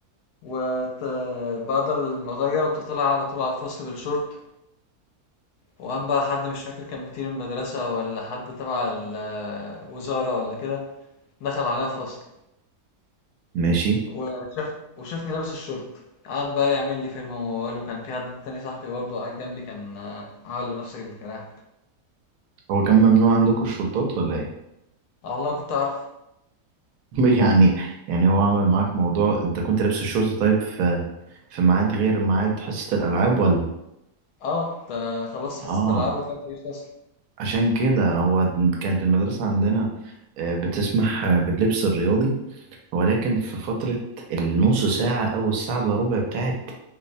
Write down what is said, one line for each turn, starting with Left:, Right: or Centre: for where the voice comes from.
Left: وبعد ما غير بتطلع على طول على الفصل بالشورت وقام بقى حد مش فاكر كان مدير المدرسة ولا حد تبع الوزارة ولا كده دخل علينا الفصل
Right: ماشي
Left: وشاف وشافني لابس الشورت قعد بقى يعمل لي فيلم وموال وكان في حد تاني صاحبي برضه قاعد جنبي كان آه، عمل له نفس الكلام
Right: هو كان ممنوع عندكم الشورتات ولا ايه
Left: اه والله كنت عارف
Right: <laughs> يعني يعني هو عمل معاك موضوع انت كنت لابس الشورت طيب في في ميعاد غير ميعاد حصه الالعاب ولا
Left: اه ده خلصت
Right: اه
Left: حصة الألعاب وطلعت مش أصلا
Right: عشان كده هو كانت المدرسة عندنا آه، بتسمح آه، باللبس الرياضي ولكن في فترة النص ساعة أو الساعة إلا ربع بتاعت